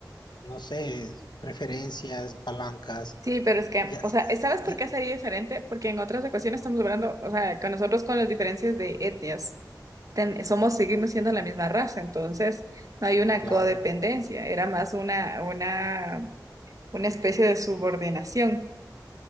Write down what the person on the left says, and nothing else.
no sé, preferencias, palancas,
ya,
ya-
claro,